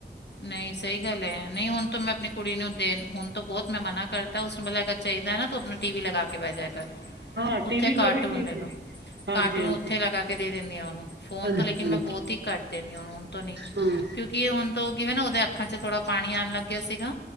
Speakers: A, on the left (about 75°); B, on the right (about 80°).
A: ਨਹੀਂ, ਸਹੀ ਗੱਲ ਏ ਨਹੀਂ ਹੁਣ ਤੇ ਮੈਂ ਕੁੜੀ ਨੂੰ ਦੇਣ, ਹੁਣ ਤੋਂ ਬਹੁਤ ਮੈਂ ਮਨਾ ਕਰਤਾ ਉਸਨੂੰ ਪਹਿਲਾਂ ਅਗਰ ਚਾਹੀਦਾ ਨਾ ਆਪਣਾ ਟੀ ਵੀ ਲਗਾ ਕੇ ਬਹਿ ਜਾ ਕਰ।
B: ਹਾਂ
A: ਉੱਥੇ
B: ਟੀ ਵੀ ਦਾ
A: ਕਾਰਟੂਨ
B: ਵੀ ਠੀਕ
A: ਦੇਖਲੋ।
B: ਹੈ ਹਾਂਜੀ
A: ਕਾਰਟੂਨ
B: ਹਾਂਜੀ
A: ਉੱਥੇ ਲਗਾ ਕੇ ਦੇ ਦੇਣੀ ਆ ਉਹਨੂੰ। ਫੋਨ
B: ਹਾਂਜੀ
A: ਤੋਂ ਲੇਕਿਨ
B: ਹਾਂ
A: ਮੈਂ ਬਹੁਤ ਹੀ ਘੱਟ ਦੇਣੀ‌ ਆ ਹੁਣ ਤੋਂ ਨਹੀਂ।
B: ਹੂੰ
A: ਕਿਉਂਕਿ ਹੁਣ ਤੋਂ ਕਿਵੇਂ ਨਾ ਉਹਦੇ ਅੱਖਾਂ 'ਚ ਥੋੜਾ ਪਾਣੀ ਆਣ ਲੱਗਿਆ ਸੀਗਾ।